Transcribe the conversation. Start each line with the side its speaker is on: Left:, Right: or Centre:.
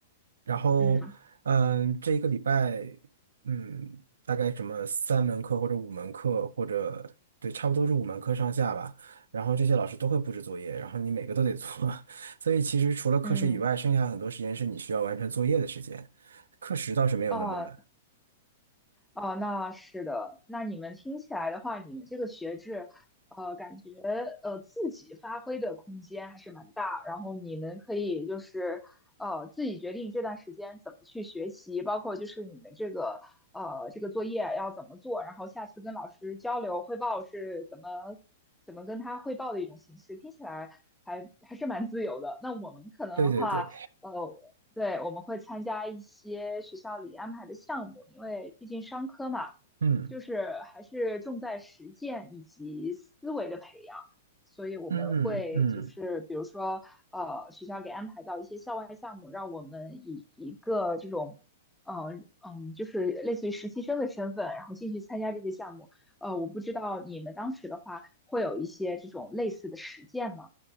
Right: 然后，
Centre: 嗯
Right: 嗯，这一个礼拜嗯，大概什么三门课或者五门课，或者对，差不多是五门课上下吧。然后这些老师都会布置作业，然后你每个都得做。<laughs> 所以其实除了课时以外，
Centre: 嗯，
Right: 剩下很多时间是你需要完成作业的时间。课时倒是没有那么满。
Centre: 啊、哦，那是的。那你们听起来的话，你们这个学制，呃，感觉呃自己发挥的空间还是蛮大。然后你们可以就是呃自己决定这段时间怎么去学习，包括就是你们这个呃这个作业要怎么做，然后下次跟老师交流汇报是怎么怎么跟他汇报的一种形式。听起来还还是蛮自由的。那我们可能的话。
Right: 对对对，
Centre: 呃。对，我们会参加一些学校里安排的项目，因为毕竟商科嘛，
Right: 嗯
Centre: 就是还是重在实践以及思维的培养，所以我们会就是比如说，
Right: 嗯嗯。
Centre: 呃，学校给安排到一些校外项目，让我们以一个这种，嗯、嗯，就是类似于实习生的身份，然后进去参加这些项目。呃，我不知道你们当时的话会有一些这种类似的实践吗？